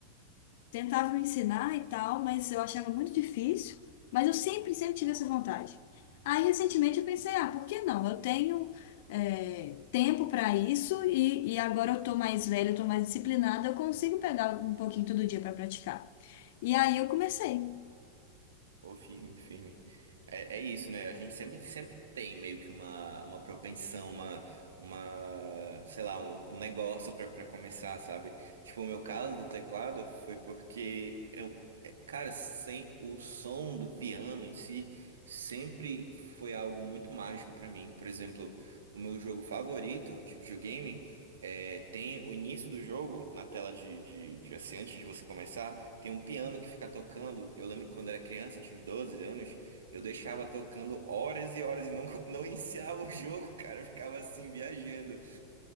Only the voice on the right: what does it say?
Pô, firme, firme. É, é isso, né? A gente sempre, sempre tem meio que uma, uma propensão, uma, uma, sei lá, um, um negócio pra pra começar, sabe? Tipo, o meu caso do teclado foi porque eu, é, cara, sem o som do piano em si, sempre foi algo muito mágico pra mim. Por exemplo, o meu jogo favorito de videogame é, tem o início do jogo na tela de, de, de assim, antes de você começar. Tem um piano que fica tocando. Eu lembro que quando eu era criança, eu tinha uns 12 anos, eu deixava tocando horas e horas e não, <laughs> não iniciava o jogo, cara. Eu ficava assim, viajando,